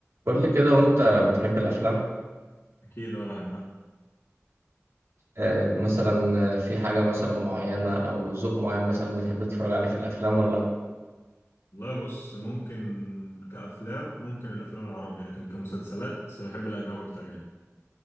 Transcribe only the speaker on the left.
اكيد اه بحبها
والله بص ممكن كافلام ممكن الافلام العربي لكن كمسلسلات بحب الاجنبي اكتر يعني